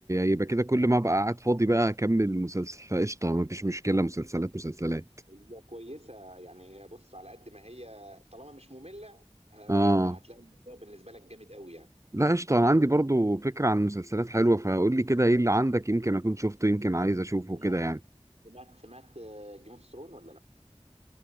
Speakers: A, on the right; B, on the right.
A: يبقى كده كل ما ابقى قاعد فاضي بقى اكمل المسلسل فقشطه ما فيش مشكله مسلسلات مسلسلات
B: هي كويسة يعني هي بص على قد ما هي طالما مش مملة آه
A: اه
B: لا هتلاقي الموضوع بالنسبة لك جامد قوي يعني
A: لا قشطه انا عندي برضو فكره عن مسلسلات حلوه فقول لي كده ايه اللي عندك يمكن اكون شفته يمكن
B: بص
A: عايز اشوفه
B: سمعت
A: كده يعني
B: سمعت سمعت جيم اوف ثرون ولا لا؟